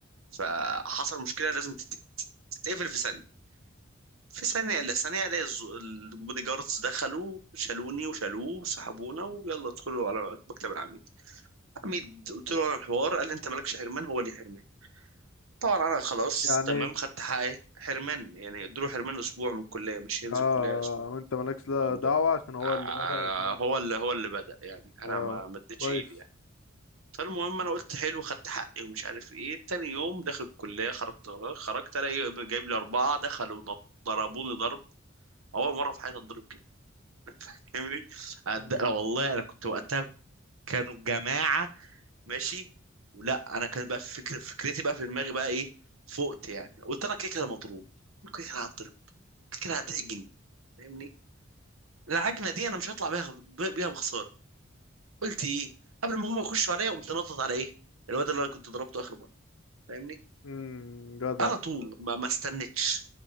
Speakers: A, on the right; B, on the left.
A: فحصل مشكلة لازم تت- تتقفل في ثانية في ثانية إلا ثانية ألاقي الز- البودي جاردز دخلوا شالوني وشالوه وسحبونا ويلا ادخلوا على مكتب العميد العميد قلت له أنا الحوار قال لي أنت مالكش حرمان هو لي حرمان طبعا أنا خلاص
B: يعني
A: تمام خدت حقي حرمان يعني ادوا له حرمان أسبوع من الكلية مش هينزل
B: اه
A: كلية أسبوع
B: وانت مالكش لا
A: عمد-
B: دعوة
A: آه،
B: عشان هو
A: آه،
B: اللي بدأ التنمر
A: هو اللي هو اللي بدأ يعني انا
B: اه
A: ما ما اديتش
B: كويس
A: ايدي يعني فالمهم انا قلت حلو خدت حقي ومش عارف ايه تاني يوم داخل الكليه خرجت خرجت الاقي جايب لي اربعه دخلوا ض- ضربوني ضرب اول مره في حياتي اتضرب كده <laughs> فاهمني أد-
B: مم.
A: أنا والله انا كنت وقتها كانوا جماعه ماشي ولا انا كان بقى فكر فكرتي بقى في دماغي بقى ايه فقت يعني قلت انا كده كده مضروب كده كده هتضرب كده كده هتعجن فاهمني العجنه دي انا مش هطلع بيها بيها بخساره قلت ايه قبل ما هم يخشوا عليا قمت نطط على ايه الواد اللي انا كنت ضربته اخر مره فاهمني
B: مم. جدع
A: على طول ما, ما استنتش